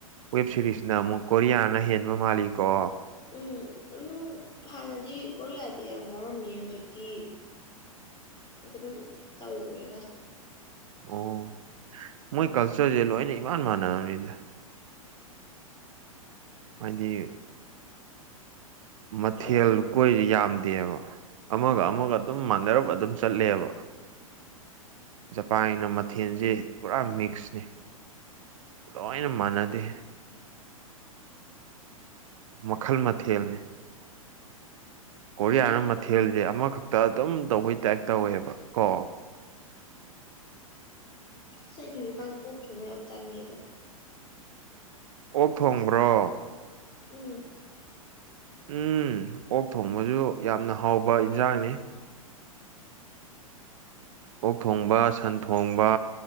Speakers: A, on the right; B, on the left.
A: ꯋꯦꯕ ꯁꯤꯦꯔꯤꯁꯅ ꯑꯃꯨꯛ ꯀꯣꯔꯤꯌꯥꯅ ꯍꯦꯟꯕ ꯃꯥꯜꯂꯤ ꯀꯣ
B: ꯎꯝ ꯑꯗꯨ ꯍꯥꯟꯅꯗꯤ ꯀꯣꯔꯤꯌꯥꯁꯦ ꯌꯥꯝ ꯉꯥꯎꯔꯝꯃꯦ ꯍꯧꯖꯤꯛꯇꯤ ꯑꯗꯨ ꯑꯗꯨꯝ ꯇꯧꯈ꯭ꯔꯦꯒ
A: ꯑꯣ ꯃꯣꯏ ꯀꯜꯆꯔꯁꯦ ꯂꯣꯏꯅ ꯏꯃꯥꯟ ꯃꯥꯟꯅꯅꯤꯗ ꯍꯥꯏꯗꯤ ꯃꯊꯦꯜ
B: ꯌꯥꯝ
A: ꯀꯣꯏꯁ ꯌꯥꯝꯗꯦꯕ ꯑꯃꯒ ꯑꯃꯒ ꯑꯗꯨꯝ ꯃꯥꯟꯅꯔꯞ ꯑꯗꯨꯝ ꯆꯠꯂꯦꯕ ꯖꯄꯥꯟꯒꯤꯅ ꯃꯊꯦꯜꯁꯤ ꯄꯨꯔꯥ ꯃꯤꯛꯁꯅꯤ ꯂꯣꯏꯅ ꯃꯥꯟꯅꯗꯦ ꯃꯈꯜ ꯃꯊꯦꯜꯅꯤ ꯀꯣꯔꯤꯌꯥꯅ
B: ꯑꯁ ꯑꯩꯗꯤ
A: ꯃꯊꯦꯜꯁꯦ ꯑꯃꯈꯛꯇ ꯑꯗꯨꯝ ꯇꯧꯕꯩ ꯇꯥꯏꯞ ꯇꯧꯋꯦꯕ ꯀꯣ
B: ꯉꯁꯗꯤ ꯍꯧꯖꯤꯛꯀꯥꯟ ꯑꯣꯛ ꯊꯣꯡꯕ ꯌꯥꯝ ꯆꯥꯅꯤꯡꯉꯦꯗꯣ
A: ꯑꯣꯛ ꯊꯣꯡꯕ꯭ꯔꯣ
B: ꯎꯝ
A: ꯎꯝ ꯑꯣꯛ ꯊꯣꯡꯕꯁꯨ ꯌꯥꯝꯅ ꯍꯥꯎꯕ ꯏꯟꯁꯥꯡꯅꯤ ꯑꯣꯛ ꯊꯣꯡꯕ ꯁꯟ ꯊꯣꯡꯕ